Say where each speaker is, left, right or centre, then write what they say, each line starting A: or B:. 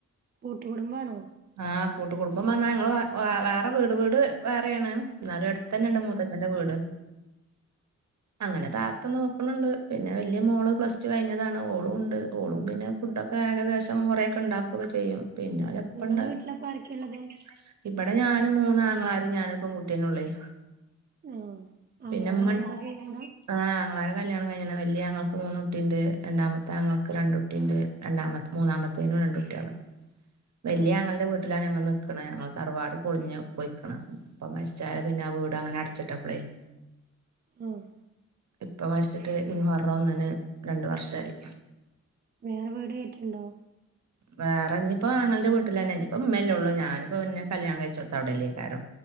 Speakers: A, on the right; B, on the right.
A: കൂട്ടുകുടുംബണോ
B: എസ് കൂട്ടുകുടുംബം പറഞ്ഞ ഞങ്ങൾ വ വാ വേറെ വീട് വീട് വേറെണ് എന്നാലും അടുത്ത്ന്നെ
A: ആഹ്
B: ണ്ട് മൂത്തഛന്റെ വീട്. അങ്ങനെ താത്ത നോക്ണ്ണ്ട് പിന്നെ വലിയ മോള് പ്ലസ്ടു കഴിഞ്ഞതാണ് ഓളും ണ്ട് ഓളും പിന്നെ. ഫുഡൊക്കെ ഏകദേശം കുറെക്കെ ഉണ്ടാക്കുകൊക്കെ ചെയ്യും പിന്നെ ഒലെഇപ്പണ്ട്.
A: ഇങ്ങളെ വീട്ടിലപ്പ
B: <unintelligible>
A: ആരൊക്കെള്ളത്
B: ഇബടെ ഞാനും മൂന്നാങ്ങളാരുംഞാനും പെൺകുട്ടീനെള്ളേയ്
A: ആഹ് ആങ്ങളാരെ
B: പിന്നെമ്മ
A: കല്യാണൊക്കെ കഴിഞ്ഞതാ
B: <inaudible> ആഹ് അങ്ങൾര കല്യാണംകിഞ്ഞണ് വല്യയാഞങ്ങക്ക്മൂന്ന്ട്ടി ഉണ്ട് രണ്ടാമത്തൊങ്ങൾക്ക് രണ്ട്. കുട്ടിട്ട് രണ്ടാമതെ മൂന്നാമത്തേനും രണ്ട കുട്ടിള്. വല്യാങ്ങളുടെ
A: ആഹ്
B: വീട്ടിലാ ഞങ്ങള് നിൽകണ ഞങ്ങൾ തറവാട് പൊളിഞ്ഞു പൊയ്ക്ണ് ഉപ്പ മരിച്ചാല് പിന്നെ വീട് അങ്ങനെ അടച്ചിട്ടപ്പളേയ്
A: ആഹ്
B: ഇപ്പ മരിച്ചിട്ട് ഇ മുഹറം ഒന്നിന് രണ്ട് വർഷായി
A: വേറെ വീട് <unintelligible>
B: വേറെഞ്ഞി ഇപ്പ ആങ്ങളടെ വീട്ടിൽന്നെ ഇപ്പൊ മ്മല്ലേള്ളു ഞാനിപ്പോപിന്നെ കല്യാണം കഴിചോട്ത്ത് അവിടെല്ലെ <unintelligible>